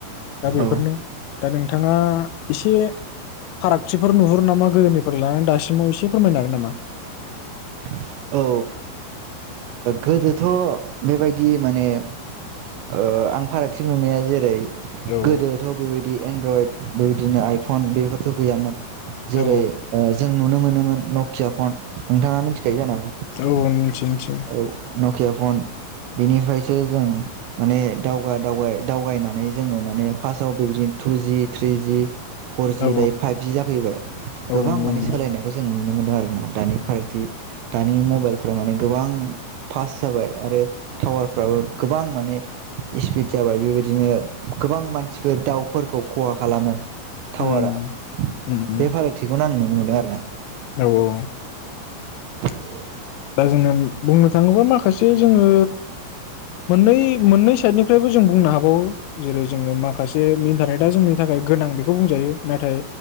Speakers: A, on the left; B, on the right.
A: दा बेफोरनो
B: औ
A: नोंथाङा एसे फारागथिफोर नुहुरो नामा गोदोनिफ्राय लानानै दासिमाव एसे फोरमायनो हागोन नामा
B: औ गोदोथ बेबायदि माने ओ आं फारागथि नुनाया जेरै
A: औ
B: गोदोथ बेबायदि बिदि एनड्रयद बेबायदिनो आइफन बेफोरथ गैयामोन जेरै
A: औ
B: ओ जों नुनो मोनोमोन नकिया फन नोंथाङा थायो जानो हागौ
A: औ औ मिथियो मिथियो
B: औ नकिया फन बिनिफ्रायसो जों माने दावगा दाव दावगायनानै जोङो माने फार्स्टआव बेबायदिनो टुजि थ्रिजि फरजि
A: औ
B: दायो फाइभजि जाफैबाय
A: औ
B: गोबां
A: नंगौ
B: माने
A: नंगौ
B: सोलायनायखौ जों नुनो मोनो आरोना दानि फारागथि दानि मबाइलफ्रा माने गोबां फास्ट जाबाय आरो टावारफ्राबो गोबां माने स्पिड जाबाय बेबायदिनो गोबां मानसिफोर दाउफोरखौ खहा खालामो टावारा
A: उम उम उम
B: बे फारागथिखौ आं नुनो मोनो आरो ना
A: औ औ
B: <inaudible>
A: दा जोङो बुंनो थाङोबा माखासे जोङो मोननै मोननै साइडनिफ्रायबो जों बुंनो हाबावो जेरै जोङो माखासे <unintelligible> दा जोंनि थाखाय गोनां बेखौ बुंजायो नाथाय